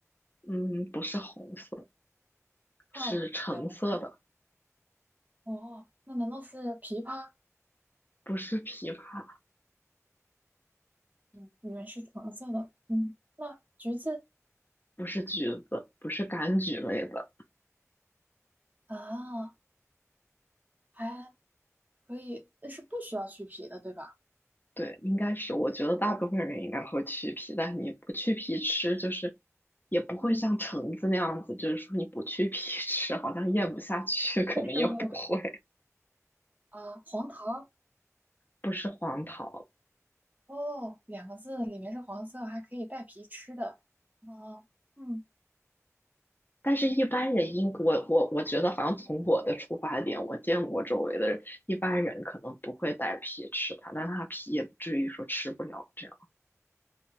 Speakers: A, on the left; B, on the right.
A: 嗯，不是红色，是橙色的，
B: 哦，两个字，哦，那难道是枇杷？
A: 不是枇杷，
B: 嗯，里面是橙色的，嗯，那橘子
A: 不是橘子，不是柑橘类的。
B: 啊，还可以，是不需要去皮的，对吧？
A: 对，应该是，我觉得大部分人应该会去皮，但你不去皮吃，就是也不会像橙子那样子，
B: 嗯，
A: 就是说你不去皮 <laughs> 吃，好像咽不下去，可能也不会，
B: 这生物啊，黄桃，
A: 不是黄桃。
B: 哦，两个字，里面是黄色，还可以带皮吃的，哦，嗯
A: 但是，一般人应我我我觉得，好像从我的出发点，我见过周围的人，一般人可能不会带皮吃它，但它皮也不至于说吃不了这样。